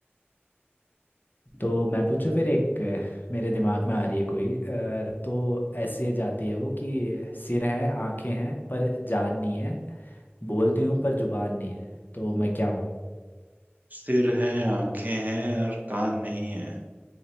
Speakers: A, on the left; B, on the right.
A: तो मैं पूछूं फिर एक अ, मेरे दिमाग में आ रही है कोई अ, तो ऐसे जाती है वो कि सिर है आंखें हैं पर जान नहीं है बोलती हूँ पर जुबान नहीं है तो मैं क्या हूँ
B: सिर है आंखें हैं और कान नहीं है